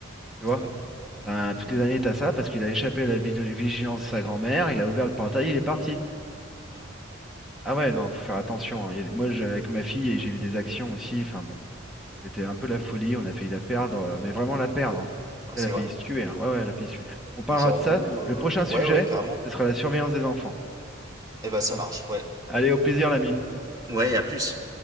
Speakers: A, in the centre; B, on the right.
A: Tu vois?
B: Ouais. Mm,
A: Ben, toutes les années, t'as ça parce qu'il a échappé à la vigi- vigilance de sa grand-mère, il a ouvert le portail, il est parti.
B: mm.
A: Ah ouais, non, faut faire attention. hein. Il y a des- Moi, je- avec ma fille, j'ai eu des actions aussi. Enfin bon, c'était un peu la folie. On a failli la perdre, euh, mais vraiment la perdre. hein.
B: Ah,
A: Elle
B: c'est
A: a failli
B: vrai?
A: se tuer. hein. Ouais, ouais, elle a failli se tuer. On parlera
B: Mais genre
A: de ça.
B: où? euh,
A: Le prochain
B: Ouais,
A: sujet,
B: ouais, carrément.
A: ce sera la surveillance des enfants.
B: Eh ben, ça
A: Tu vois?
B: marche, ouais.
A: Allez, au plaisir, l'ami.
B: Ouais, à plus.